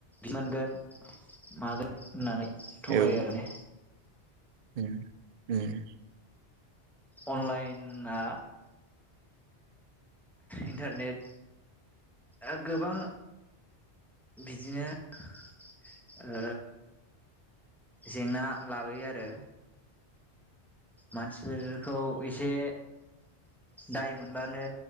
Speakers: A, in the centre; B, on the right.
A: मोनगोन मागोन होननानै थगायो
B: औ
A: आरो ने
B: उम उम
A: अनलायेना इन्टारनेट आ गोबां बिदिनो ओ जेंना लाबोयो आरो मानसिफोरखौ एसे दाय मोनबानो